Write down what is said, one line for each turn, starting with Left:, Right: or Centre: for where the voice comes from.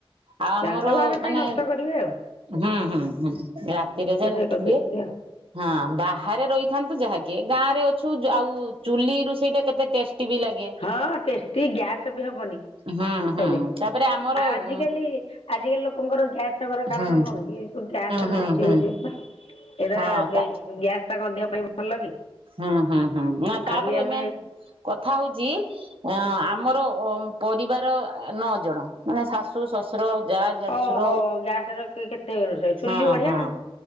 Right: ଆଉ ଆମର
Left: ତାହେଲେ ତ ବାହାରେ କାହିଁ
Right: ମାନେ
Left: ନଷ୍ଟ କରିବେ ଆଉ
Right: ହାଁ ହାଁ ହାଁ ରାତିରେ ଯା
Left: ରୋଷେଇ
Right: ରୁଟି
Left: କରିଦଉଛନ୍ତି
Right: ହୁଏ।
Left: ଆଉ।
Right: ହଁ ବାହାରେ ରହିଥାନ୍ତୁ ଯାହାକି ଗାଁ ରେ ଅଛୁ ଯା ଆଉ ଚୁଲି ରୁଷେଇ ଟା କେତେ ଟେଷ୍ଟି ବି ଲାଗ୍
Left: ହଁ ଟେଷ୍ଟି ଗ୍ୟାସ ବି ହବନି ଖାଇଲେ
Right: ହୁଁ ହୁଁ ତାପରେ ଆମର
Left: ଆଜି
Right: ହୁଁ
Left: କାଲି ଆଜିକାଲି ଲୋକଙ୍କର ଗ୍ୟାସ୍ ହବାର
Right: ହୁଁ
Left: କାରଣ କଣ କି ଏଇ ଯୋଉ ଗ୍ୟାସରେ
Right: ହୁଁ
Left: ରୋଷେଇ
Right: ହୁଁ
Left: ହଉଛି ବୋଲି ନା। ଏଇଟା
Right: ହଁ ତା
Left: ବେ ଗ୍ୟାସ ଟା କଁ ଦେହ ପାଇଁ ଭଲ କି?
Right: ହଁ ହଁ ହଁ ନା
Left: ଖାଲି
Right: ତାପରେ
Left: ଆମେ
Right: ମେନ୍ କଥା ହଉଚି ଆଁ ଆମର ଅ ପରିବାର ଆ ନଅ ଜଣ ମାନେ ଶାଶ୍ ଶୁ ଶଶୁର ଯାଆ ଦେଢଶୁର
Left: ଓହୋ ଗ୍ୟାସ୍ ରେ କେତେ ରୋଷେଇ ଚୁଲି
Right: ହଁ
Left: ବଢିଆ
Right: ହଁ।
Left: ଆଉ।